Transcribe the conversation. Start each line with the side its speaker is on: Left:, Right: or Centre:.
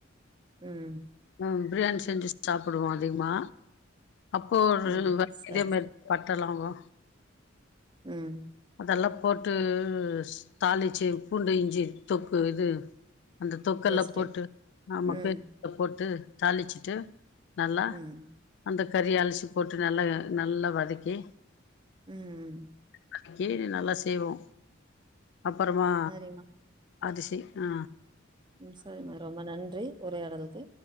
Right: ம்.
Left: ம் பிரியாணி செஞ்சு சாப்புடுவோ அதிகமா அப்போ ஒரு
Right: ம்.
Left: வ
Right: சரி,
Left: இதே மாரி
Right: சரி.
Left: பட்ட லவங்கோ
Right: ம்.
Left: அதல்லா போட்டு ஸ் தாளிச்சி பூண்டு இஞ்சி தொக்கு இது அந்த தொக்கல்ல
Right: கெஸ்ட்டு.
Left: போட்டு ஆமா
Right: ம்,
Left: <unintelligible> போட்டு தாளிச்சுட்டு நல்லா
Right: ம்,
Left: அந்த கறிய அலசி போட்டு நல்லா எ நல்லா வதக்கி
Right: ம் ம்.
Left: <inaudible> நல்லா செய்வோ அப்பறமா
Right: சரிம்மா.
Left: அது செய் அ
Right: ம் சரிம்மா ரொம்ப நன்றி உரையாடல்க்கு